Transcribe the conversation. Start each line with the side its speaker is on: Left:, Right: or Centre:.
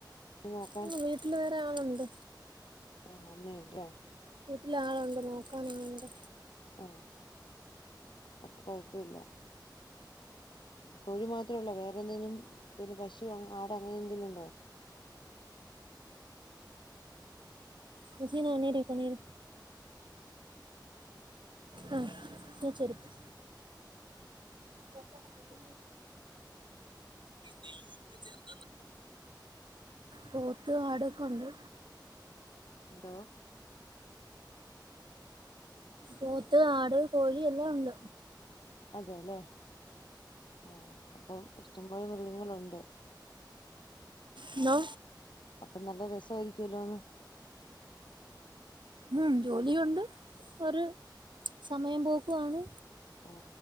Left: നോക്കാൻ
Right: മ്മ് വീട്ടില് വേറെ ആളുണ്ട്.
Left: ആ അമ്മയുണ്ട് <unintelligible>
Right: വീട്ടിൽ ആളുണ്ട് നോക്കാൻ ആളുണ്ട്.
Left: ആ അപ്പൊ കൊഴപ്പം ഇല്ല. കോഴി മാത്രം ഒള്ളോ വേറെ എന്തെങ്കിലും പിന്നെ പശോ, ആടോ അങ്ങനെ എന്തങ്കിലും ഉണ്ടോ?
Right: ഹസീന നേരെക്ക് നേരെ ആ <unintelligible> <unintelligible> നെയ്യൊക്കെ ചേർത്ത് പോത്ത് ആട് ഒക്കെ ഉണ്ട്
Left: ദ
Right: പോത്ത് ആട് കോഴി എല്ലാം ഉണ്ട്
Left: അതെ ലെ ആ അപ്പം ഇഷ്ടം മൃഗങ്ങളുണ്ട്.
Right: എന്നാ
Left: അപ്പൊ നല്ല രസ ആയിരിക്കലോ ഒന്ന്
Right: ഉം ജോലിയുണ്ട് ഒരു സമയം പോക്കുവാണ്.
Left: ആ